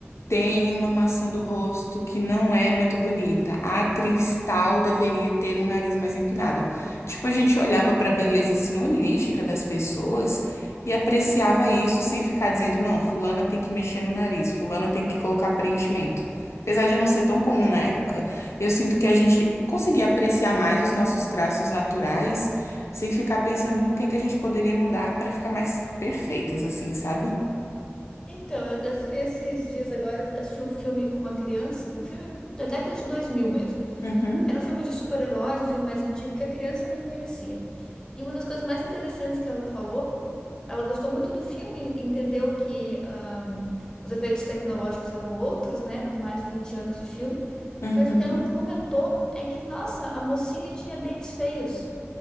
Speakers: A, on the left; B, on the left.
A: tem uma maçã do rosto que não é muito bonita. A atriz tal deveria ter um nariz mais empinado. Tipo, a gente olhava para a beleza senhorífica das pessoas e apreciava isso sem ficar dizendo, não, fulana tem que mexer no nariz, fulana tem que colocar preenchimento. Apesar de não ser tão comum na época, eu sinto que a gente conseguia apreciar mais os nossos traços naturais sem ficar pensando no que é que a gente poderia mudar para ficar mais perfeitas, assim, sabe?
B: Então, eu até fui esses dias agora assisti um filme com uma criança, um filme da década de 2000 mesmo.
A: Uhum,
B: Era um filme de super-heróis, um filme mais antigo que a criança não conhecia. E uma das coisas mais interessantes que ela falou Ela gostou muito do filme, entendeu que ahn, os efeitos tecnológicos eram outros, né? Com mais de 20 anos de filme.
A: uhum.
B: Mas o que ela comentou é que, nossa, a mocinha tinha dentes feios.